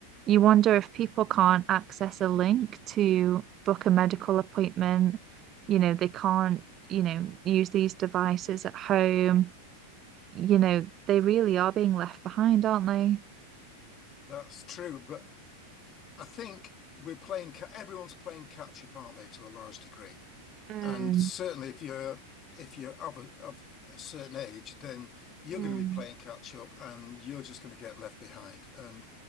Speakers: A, on the right (about 30°); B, on the left (about 30°).
A: you wonder if people can't access a link to book a medical appointment, you know, they can't, you know, use these devices at home, you know, they really are being left behind, aren't they?
B: That's true. But I think we're playing, everyone's playing catch up, aren't they, to a large degree?
A: Mm,
B: And certainly, if you're if you're of a, of a certain age, then you're
A: mm,
B: going to be playing catch up, and you're just going to get left behind. And